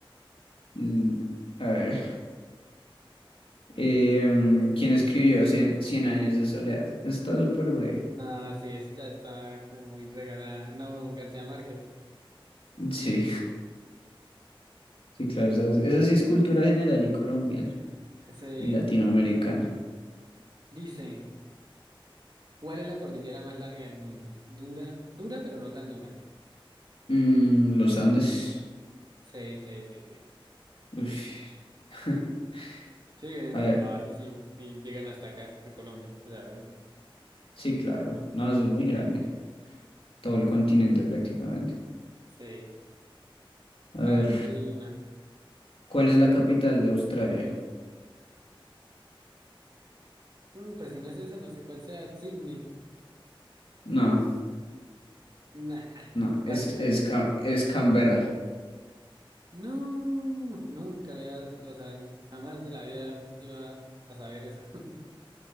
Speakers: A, on the left; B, on the right.
A: l- a ver. Em, ¿quién escribió Cien, Cien años de soledad? Está súper breve.
B: No, sí, esta está como muy regalada. No, García Márquez.
A: Sí, <laughs> sí, claro. Esa, es- esa sí es cultura general y colombiana
B: Sí.
A: y latinoamericana.
B: Dice, ¿cuál es la cordillera más larga del mundo? Dura, dura, pero no tan dura.
A: Mm, los Andes.
B: Sí, sí, sí, sí.
A: Ush. <laughs>
B: Sí, vienen
A: A
B: desde
A: ver,
B: bajísimo y llegan hasta acá, a Colombia. O sea,
A: sí, claro. No, eso es muy grande. Todo el continente prácticamente.
B: sí.
A: A
B: A
A: ver,
B: ver, tú dime una.
A: ¿cuál es la capital de Australia?
B: Mm, pues si no es eso, no sé cuál sea. Sydney.
A: No.
B: Nah.
A: No,
B: ¿Cuál?
A: es,
B: No.
A: es, Ca- es Canberra.
B: No, nunca le iba, o sea, jamás de la vida iba a saber esa. <laughs>